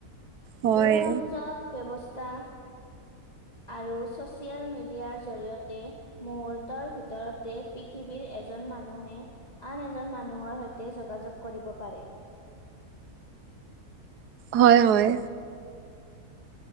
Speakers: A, on the right; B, on the left.
A: হয়
B: দুৰসংযোগ ব্যৱস্থা আৰু ছচিয়েল মিডিয়াৰ জৰিয়তে মুহুৰ্তৰ ভিতৰতে পৃথিৱীৰ এজন মানুহে আন এজন মানুহৰ সৈতে যোগাযোগ কৰিব পাৰে।
A: হয়, হয়।